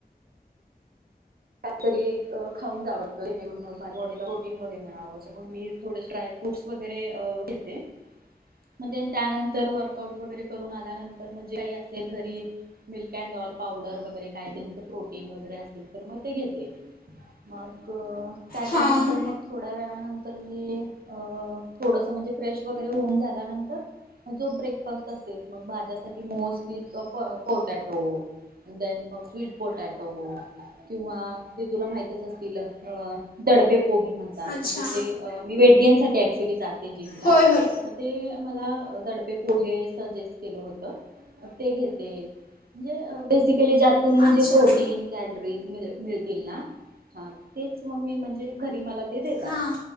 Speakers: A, on the right; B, on the left.
A: काहीतरी अ खाऊन जाव अस जेणेकरून माझ्या बॉडी ला प्रोटीन वगैरे मिळावं अस म्हणून मी थोडे ड्राय फ्रूटस वगैरे अ घेते. मग त्यानंतर वर्कआउट वगैरे करून आल्यानंतर म जे काही असेल घरी मि कॅनडॉल पावडर वगैरे काय त्यांचं प्रोटीन वगैरे असेल तर मग ते घेते मग त्याच्यानंतर
B: हां
A: मग थोड्या वेळानंतर तर मी अ थोडस म्हणजे फ्रेश वगैरे होऊन झाल्यानंतर जो ब्रेकफास्ट असतोय मग माज्यासाठी मोस्टली अ पो-पोटॅ टो देन मग स्वीट पोटॅटो किंवा ते तुला माहितच असतील अ दडपे कोबी म्हणतात
B: अच्छा
A: म्हणजे जे मी वेट गेन साठी कॅक्चुली जा ते जिमला
B: होय होय
A: म ते मला दडपे पोहे सजेस्ट केलं होत. म ते घेते. म्हणजे बेसिक केले जातून म्हणजे
B: अच्छा
A: प्रोटीन कॅलरीज मिल मिळतील ना हा तेच मगी म्हणजे घरी मला ते देेतात
B: हां